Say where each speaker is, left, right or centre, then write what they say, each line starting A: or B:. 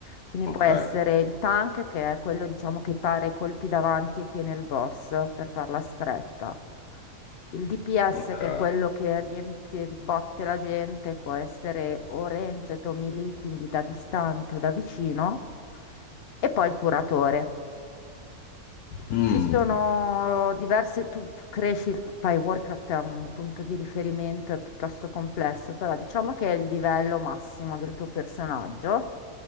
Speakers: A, on the left (about 60°); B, on the left (about 80°).
A: Quindi
B: Ok,
A: può essere il tank, che è quello, diciamo, che pare i colpi davanti e tiene il boss per farla stretta. Il DPS,
B: ok.
A: che è quello che riempie di botte la gente, può essere o ranged o melee, quindi da distante o da vicino. E poi il curatore.
B: Mm.
A: Ci sono diverse, tu f- cresci, il- tuo- poi Warcraft è un punto di riferimento, è piuttosto complesso, però diciamo che è il livello massimo del tuo personaggio.